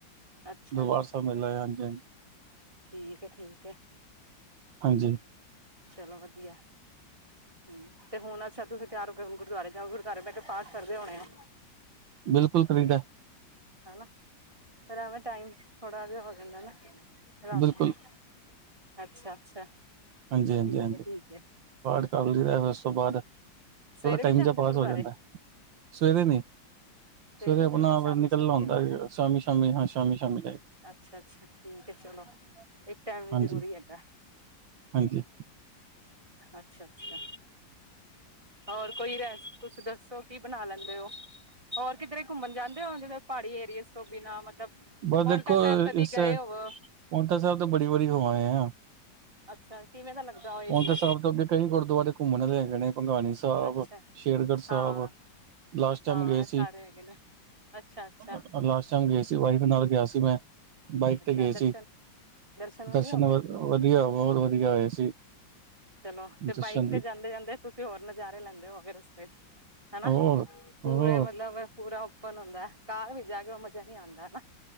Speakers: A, on the right; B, on the right.
A: ਅੱਛਾ
B: ਦੁਰਬਾਰ ਸਾਹਿਬ ਮਿਲ ਆਏ ਹਾਂਜੀ ਹਾਂਜੀ।
A: ਠੀਕ ਏ ਠੀਕ ਏ।
B: ਹਾਂਜੀ।
A: ਚਲੋ ਵਧੀਆ। ਹੂੰ ਹੁਣ ਅੱਛਾ ਸ਼ਾਇਦ ਤੁਸੀਂ ਤਿਆਰ ਹੋ ਕੇ ਗੁਰਦੁਆਰੇ ਜਾਉਗੇ। ਗੁਰਦੁਆਰੇ ਬਹਿ ਕੇ ਪਾਠ ਕਰਦੇ ਹੋਣੇ ਆ।
B: ਬਿਲਕੁਲ ਕਰੀਦਾ।
A: ਹੈਨਾ ਫੇਰ ਐਵੇਂ ਟਾਈਮ ਥੋੜ੍ਹਾ ਜਿਹਾ ਹੋ ਜਾਂਦਾ ਨਾ। ਰਾਮ
B: ਬਿਲਕੁਲ
A: -ਰਾਮ ਅੱਛਾ -ਅੱਛਾ ਠੀਕ
B: ਹਾਂਜੀ ਹਾਂਜੀ ਹਾਂਜੀ
A: ਹੈ ਠੀਕ ਹੈ।
B: ਪਾਠ ਕਰਲੀਦਾ ਉਸ ਤੋਂ ਬਾਅਦ
A: ਸਵੇਰੇ
B: ਥੋੜਾ ਟਾਈਮ
A: ਵੀ ਜਾਂਦੇ
B: ਜਾ ਪਾਸ
A: ਗੁਰਦੁਆਰੇ
B: ਹੋ ਜਾਂਦਾ। ਸਵੇਰੇ ਨਈ
A: ਸਵੇਰੇ
B: ਸਵੇਰ
A: ਨੀ
B: ਆਪਣਾ
A: ਜਾਈਦਾ
B: ਆਪ
A: ਸ਼ਾਮੀ
B: ਨਿਕਲਣਾ
A: ਸ਼ਾਮੀ
B: ਹੁੰਦਾ
A: ਜਾਈਦਾ ਹੈ
B: ਸ਼ਾਮੀ ਸ਼ਾਮੀ ਸ਼ਾਮੀ ਸ਼ਾਮੀ ਜਾਈ
A: ਅੱਛਾ ਅੱਛਾ ਠੀਕ ਏ ਚਲੋ ਇਹ ਟਾਈਮ ਵੀ
B: ਹਾਂਜੀ
A: ਜਰੂਰੀ ਹੈਗਾ।
B: ਹਾਂਜੀ
A: ਅੱਛਾ ਅੱਛਾ। ਹੋਰ ਕੋਈ ਰੈਸ ਕੁਛ ਦੱਸੋ ਕੀ ਬਣਾ ਲੈਂਦੇ ਹੋ। ਹੋਰ ਕਿਧਰੇ ਘੁੰਮਣ ਜਾਂਦੇ ਹੋ ਪਹਾੜੀ ਏਰੀਏਜ਼ ਤੋਂ ਬਿਨਾਂ ਮਤਲਬ
B: ਔ
A: ਪੋਂਟਾ
B: ਦੇਖੋ
A: ਸਾਹਿਬ ਕਦੀ
B: ਇਸੇ
A: ਗਏ ਹੋਵੋ
B: ਪਾਉਟਾ ਸਾਹਿਬ ਤਾਂ ਬੜੀ ਵਾਰੀ ਹੋਵ ਆਏ ਆ।
A: ਅੱਛਾ ਕਿਵੇਂ ਦਾ ਲੱਗਦਾ ਉਹ ਏਰੀਆ
B: ਹੁਣ ਤਾਂ ਸਾਹਿਬ ਤੋਂ ਅੱਗੇ ਕਈ ਗੁਰਦੁਆਰੇ ਘੁੰਮਣ ਆਲੇ ਹੈਗੇਏ ਨੇ ਭਗਾਣੀ ਸਾਹਿਬ
A: ਅੱਛਾ
B: ਸ਼ੇਰਗੜ੍ਹ ਸਾਹਿਬ।
A: ਹਾਂ
B: ਲਾਸਟ ਟਾਈਮ
A: ਹਾਂ
B: ਗਏ
A: ਇਹ
B: ਸੀ
A: ਸਾਰੇ ਹੈਗੇ ਨੇ ਅੱਛਾ ਅੱਛਾ
B: ਅ ਆ ਚਮ ਗਏ ਸੀ ਵਾਈਫ ਨਾਲ ਗਿਆ ਸੀ ਮੈਂ ਬਾਈਕ
A: ਅੱਛਾ
B: ਤੇ ਗਏ ਸੀ
A: ਦਰਸ਼ਨ
B: ਦਰਸ਼ਨ
A: ਵਧੀਆ ਹੋ ਗਏ
B: ਵ ਵਧੀਆਆ ਬਹੁਤ ਵਧੀਆ ਹੋਏ ਸੀ।
A: ਚਲੋ
B: ਦਰਸ਼ਨ
A: ਬਾਈਕ ਤੇ
B: ਵੀ
A: ਜਾਂਦੇ ਜਾਂਦੇ ਤੁਸੀਂ ਹੋਰ ਨਜ਼ਾਰੇ ਲੈਂਦੇ ਹੋਗੇ ਰਸਤੇ ਚ ਹਨਾ
B: ਹੋਰ
A: ਪੂਰੇ
B: ਹੋਰ
A: ਮਤਲਬ ਪੂਰਾ ਓਪਨ ਹੁੰਦਾ ਕਾਰ ਵਿਚ ਜਾ ਕੇ ਉਹ ਮਜ਼ਾ ਨੀ ਆਦਾਂ ਹਨਾ।